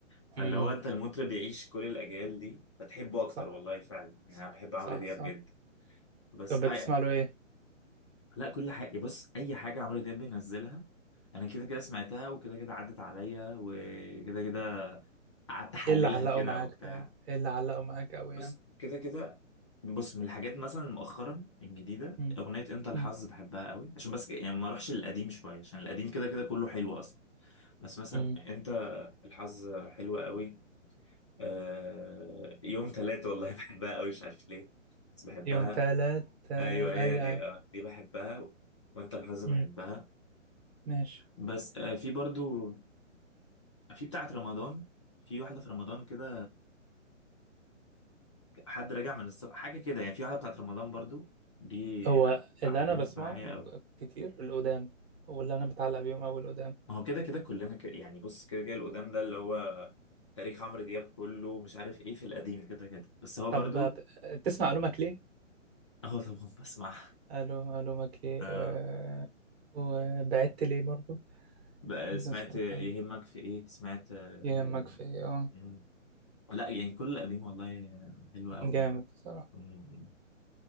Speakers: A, on the left; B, on the right.
A: فاللي
B: امم
A: هو انت المطرب بيعيش كل الاجيال دي فتحبه اكتر
B: صح
A: والله فعلا يعني
B: صح
A: انا بحب عمرو
B: صح
A: دياب
B: صح
A: جدا بس
B: طب
A: أي...
B: بتسمع له ايه؟
A: لا كل حاجه بص اي حاجه عمرو دياب بينزلها انا كده كده سمعتها وكده كده عدت عليا وكده كده قعدت احللها
B: ايه اللي علقوا
A: كده
B: معاك
A: وبتاع
B: طيب؟ ايه اللي علقوا معاك قوي
A: بص
B: يعني؟
A: كده كده بص من الحاجات مثلا مؤخرا الجديده
B: امم
A: اغنيه انت الحظ
B: امم
A: بحبها قوي عشان بس يعني ما اروحش للقديم شويه عشان القديم كده كده كله حلو اصلا بس مثلا
B: امم
A: انت الحظ حلوه قوي آه يوم تلات والله <laughs> بحبها قوي مش عارف ليه بس بحبها
B: يوم تلات تلات
A: ايوه هي
B: اي
A: دي
B: اي
A: آه دي بحبها وانت الحظ بحبها
B: امم ماشي
A: بس آه في برضو في بتاعه رمضان في واحده في رمضان كده حد راجع من السفر حاجه كده يعني في واحده بتاعه رمضان برضو دي
B: هو
A: آه،
B: اللي
A: علمت
B: انا بسمعه
A: معايا قوي
B: كتير القدام واللي انا بتعلق بيهم قوي القدام
A: ما هو كده كده كلنا كده يعني بص كده كده القدام ده اللي هو تاريخ عمرو دياب كله مش عارف ايه في القديم كده كده بس هو
B: طب
A: برضو
B: ب- تسمع الومك ليه؟
A: اهو طبعا بسمع <laughs>
B: الو الومك ليه؟
A: آه
B: أه... وبعدت ليه برضو؟
A: بقى
B: ده
A: سمعت
B: سمعتها
A: يهمك في ايه سمعت آه
B: يهمك في إيه؟ اه
A: مم. لا يعني كل القديم والله حلو قوي
B: جامد
A: يعني
B: بصراحة
A: مم.